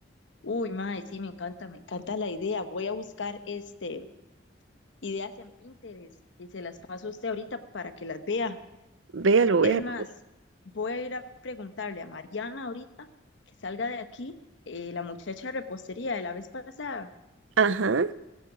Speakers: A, on the left; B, on the right.
A: Uy, mae, sí, me encanta, me encanta la idea. Voy a buscar este ideas en Pinterest y se las paso a usted ahorita para que las vea.
B: Véalo, véalo.
A: Es más, voy a ir a preguntarle a Mariana ahorita que salga de aquí, eh, la muchacha de repostería de la vez pasada,
B: Ajá,